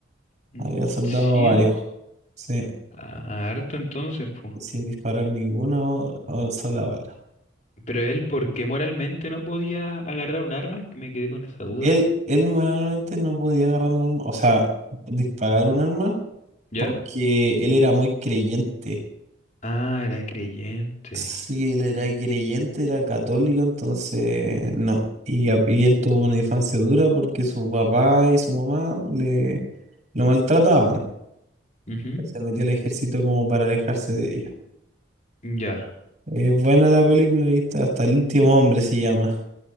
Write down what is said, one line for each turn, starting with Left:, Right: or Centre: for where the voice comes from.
Left: mm,
Right: Había soldado
Left: siento.
Right: varios, sí,
Left: Ah, harto entonces, pues.
Right: sin disparar ninguna o- o sola bala.
Left: Pero él, ¿por qué moralmente no podía agarrar un arma? Me quedé con esa duda.
Right: Él, él manualmente no podía agarrar un arma, o sea, disparar un arma,
Left: ¿Ya?
Right: porque él era muy creyente.
Left: Ah, era creyente.
Right: Sí, él era creyente, era católico, entonces no. Y, a- y él tuvo una infancia dura porque su papá y su mamá le lo maltrataban.
Left: Ujú.
Right: Se metió al ejército como para alejarse de ellos.
Left: Ya,
Right: Es buena la película, ¿viste? Hasta el último hombre se llama.